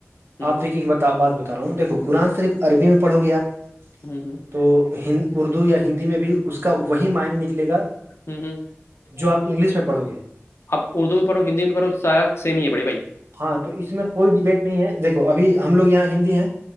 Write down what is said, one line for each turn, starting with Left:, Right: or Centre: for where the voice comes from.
Left: ہوں
Right: آپ دیکے ایک بتا بات بتا رہا ہوںیکھو قرآن صرف عربی میں پڑو گے آپ
Left: ہوں ہوں
Right: تو اردو یا ہندی میں بھی اس کا وہی معائنی نکلے گا
Left: ہوں ہوں
Right: جو آپ انگلش میں پڑھو گے
Left: اب اردو میں پڑو ہندی میں پڑو سارا سم ہی ہے بڑی بھائی
Right: ہاں تو اس میں کوئی ڈبیٹ نہیں ہے دیکھو ابھی ہم لوگ یہاں ہندی ہیں